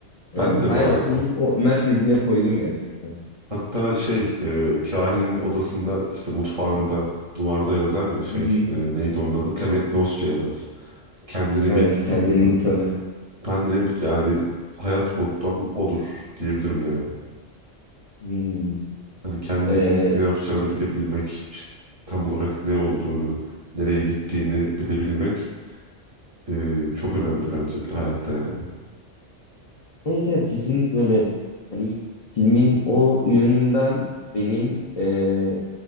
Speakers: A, on the left (about 65°); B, on the right (about 35°).
A: e,
B: Ben de
A: hayatımın
B: bu arada.
A: o merkezine koydum gerçekten.
B: Hatta şey e, kahinin odasında işte mutfağında duvarda yazar ya şey
A: Hı hı.
B: e, neydi onun adı? Temet Nosça yazar. Kendini
A: Evet
B: bil
A: kendini
B: hani. anla.
A: tanı.
B: Ben de yani hayat mottom odur diyebilirim yani.
A: Hmm.
B: Hani kendinin
A: E,
B: ne yapacağını bilebilmek, işte tam olarak ne olduğunu, nereye gittiğini bilebilmek e, çok önemli bence bir hayatta yani.
A: evet evet kesinlikle öyle. Hani filmin o yönünden benim e,